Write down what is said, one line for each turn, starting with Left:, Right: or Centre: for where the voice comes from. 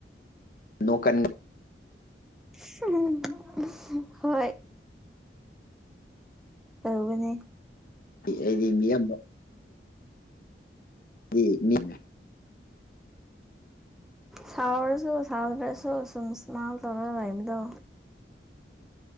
Left: ꯅꯣꯛ ꯀꯟ
Centre: <unintelligible> ꯍꯣꯏ ꯇꯧꯕꯅꯦ
Left: ꯑꯩꯗꯤ ꯃꯤꯌꯥꯝ ꯗꯤ ꯃꯤ
Centre: ꯁꯥꯎꯔꯁꯨ ꯁꯥꯎꯗ꯭ꯔꯁꯨ ꯁꯨꯝ ꯏꯁꯃꯥꯏꯜ ꯇꯧꯔꯒ ꯂꯩꯕꯗꯣ